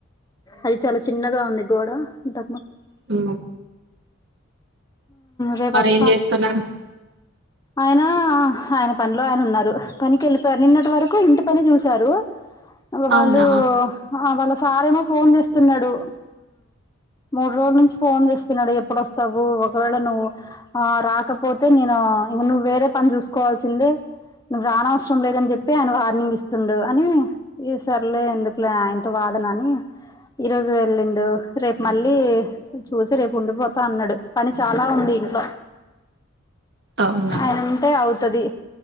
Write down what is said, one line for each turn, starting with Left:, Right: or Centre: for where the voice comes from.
Left: అది చాలా చిన్నగా ఉంది గోడ ద
Right: ఆ
Left: రేపస్తా
Right: ఏం చేస్తున్నారు
Left: ఆయన ఆయన పనిలో ఆయన ఉన్నారు పనికి వెళ్ళిపోయారు నిన్నటి వరకు ఇంటి పని చూశారు వాళ్ళు
Right: అవునా
Left: ఆహా వాళ్ళ సారేమో ఫోన్ చేస్తున్నడు మూడు రోజుల నుంచి ఫోన్ చేస్తున్నాడు ఎప్పుడోస్తవు ఒకవేళ నువ్వు ఆ రాకపోతే నేను ఇంక నువ్వు వేరే పని చూసుకోవాల్సిందే నువ్వు రానవసరం లేదని చెప్పి ఆయన వార్నింగ్ ఇస్తుండు అని ఇగా సర్లే ఎందుకు ఆయన తో వాదన అని ఈ రోజు వెళ్ళిండు రేపు మళ్ళీ చూసి రేపు ఉండిపోతా అన్నాడు పని చాలా ఉంది ఇంట్లో
Right: అవునా
Left: ఆయనంటే అవుతు తది